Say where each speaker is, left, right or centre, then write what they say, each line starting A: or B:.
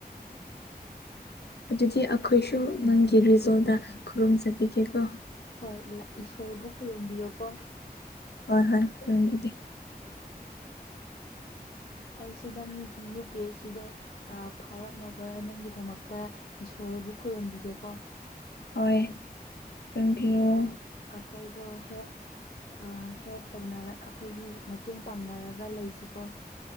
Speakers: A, on the left; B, on the left.
A: ꯑꯗꯨꯗꯤ ꯑꯩꯈꯣꯏꯁꯨ ꯅꯪꯒꯤ ꯔꯤꯖꯜꯗ ꯈꯨꯔꯨꯝꯖꯕꯤꯒꯦꯀꯣ
B: ꯍꯣꯏ ꯏꯁꯣꯔꯕꯨ ꯈꯨꯔꯨꯝꯕꯤꯌꯨꯀꯣ
A: ꯍꯣꯏ ꯍꯣꯏ <inaudible>
B: <unintelligible> ꯑꯩꯁꯨ ꯅꯪꯒꯤ ꯌꯨ ꯄꯤ ꯑꯦꯁ ꯁꯤꯗꯣ ꯑꯥ ꯐꯥꯎꯔꯛꯅꯕ ꯅꯪꯒꯤꯗꯃꯛꯇ ꯏꯁꯣꯔꯕꯨ ꯈꯨꯔꯨꯝꯕꯤꯒꯦꯀꯣ
A: ꯍꯣꯏ ꯈꯨꯔꯨꯝꯕꯤꯔꯣꯑꯣ
B: ꯑꯩꯈꯣꯏꯗꯣ ꯍꯦꯜꯞ ꯑꯥ ꯍꯦꯜꯞ ꯇꯧꯅꯔ ꯑꯩꯈꯣꯏꯒꯤ ꯃꯇꯦꯡ ꯄꯥꯡꯅꯔꯒ ꯂꯩꯁꯤꯀꯣ